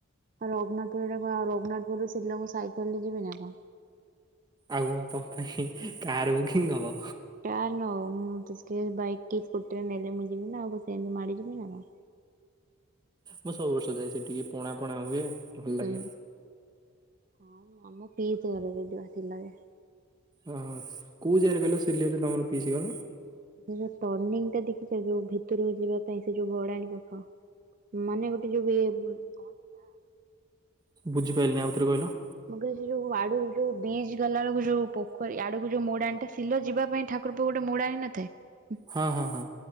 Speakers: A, on the right (about 40°); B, on the right (about 20°).
A: ଆଉ ରଗୁନାଥପୁରା ଆଉ ରଘୁନାଥପୁରୁ ଶିଲଙ୍ଗ ମୁଁ ସାଇକଲ ରେ ଯିବି ନା କଣ?
B: ଆଉ କଣ ତମ ପାଇଁ କାର ବୁକିଂ ହବ।
A: ଟା ନ ମୁଁ <unintelligible> ବାଇକି କି ସ୍କୁଟିରେ ନେଲେ ମୁଁ ଯିବି ନା ଆଉ ସେମିତି ମାଡି ଯିବି ନା କଣ।
B: ମୁଁ ସବୁ ବର୍ଷ ଯାଏ ସେଠିକି, ପଣା ପଣା ହୁଏ। ଭଲ ଲାଗେ
A: ହୁଁ, ହଁ ଆମ <unintelligible> ଆସିଲା ଯେ
B: ଓହୋ କୋଉ ଯାଗାରେ କହିଲ <unintelligible> ତମର ପିଇସି ଘର ନାଁ?
A: ସେ ଯୋଉ ଟର୍ନିଂ ଟା ଦେଖିଚ ଯୋଉ ଭିତରକୁ ଯିବା ପାଇଁ ସେ ଯୋଉ ଗଡାଣୀ ପାଖ। ମାନେ ଗୋଟେ ଯୋଉ ଇଏ କହନ୍ତି ତ
B: ବୁଝିପାଇଲିନି ଆଉଥରେ କହିଲ?
A: ମୁଁ କହିଲ ସେ ଯୋଉ ଆଡୁ ଯୋଉ ବି ଗଲା ବେଳକୁ ଯୋଉ ପୋଖରୀ ଆଡକୁ ଯୋଉ ମୋଡାଣଟା ସିଲ ଯିବା ପାଇଁ ଠାକୁ ତାରକୁ ଗୋଟେ ମୁୂା ଆଣ ନିନଥାଏ?
B: ହଁ ହଁ ହଁ।